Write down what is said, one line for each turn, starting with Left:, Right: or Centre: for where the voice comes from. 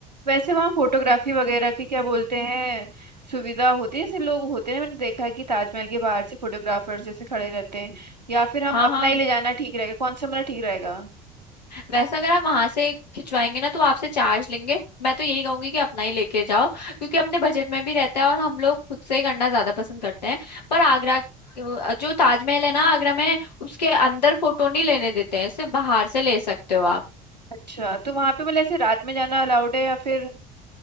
Right: वैसे वहाँ फोटोग्राफी वगैरह की क्या बोलते हैं सुविधा होती है जैसे लोग होते हैं मैंने देखा है कि ताजमहल के बाहर से फोटोग्राफर्स जैसे खड़े रहते हैं या फिर हम
Left: हाँ
Right: अपना
Left: हाँ
Right: ही ले जाना ठीक रहेगा कौन सा हमारा ठीक रहेगा
Left: वैसे अगर आप वहां से खिंचवाएंगे ना तो आपसे चार्ज लेंगे मैं तो यही कहूंगी कि अपना ही लेके जाओ क्योंकि अपने बजट में भी रहता है और हम लोग खुद से ही करना ज्यादा पसंद करते हैं पर आगरा अ, जो ताजमहल है ना आगरा में उसके अंदर फोटो नहीं लेने देते हैं सिर्फ बाहर से ले सकते हो आप
Right: अच्छा तो वहाँ पे मतलब ऐसे रात में जाना अलाउड है या फिर